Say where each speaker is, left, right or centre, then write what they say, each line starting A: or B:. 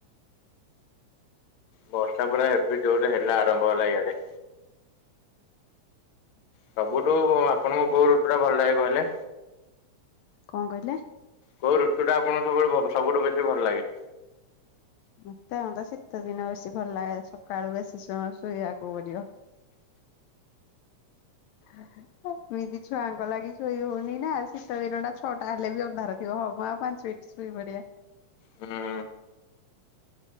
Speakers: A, on the left (about 60°); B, on the left (about 80°).
A: ବର୍ଷା ପୁରା ଏବେ ଯୋରେ ହେଲା ଆରମ୍ଭ ହେଲା ଇଆଡେ। ସବୁଠୁ ଆପଣଙ୍କୁ କୋଉ ଋତୁ ଟା ଭଲ ଲାଗେ କହିଲେ?
B: କଣ କହିଲେ?
A: କୋଉ ଋତୁ ଟା ଆପଣଙ୍କୁ ସବୁଠୁ ବ ସବୁଠୁ ବେଶି ଭଲ ଲାଗେ?
B: ମତେ <unintelligible> ଶୀତ ଦିନ ବେଶୀ ଭଲ ଲାଗେ ସକାଳୁ ବେଶୀ ସମୟ ଶୋଇବାକୁ ପଡିବ। <inaudible> ଏମିତି ଛୁଆଙ୍କ ଲାଗି ଶୋଇ ହଉନି ନା ଶୀତ ଦିନ ଟା ଛଅଟା ହେଲେ ବି ଅନ୍ଧାର ଥିବ ହଁ ମ ଆଉ ପାଞ୍ଚ ମିନିଟ ଶୁ ତାକୁ ବି ବଢିଆ।
A: ହୁଁ।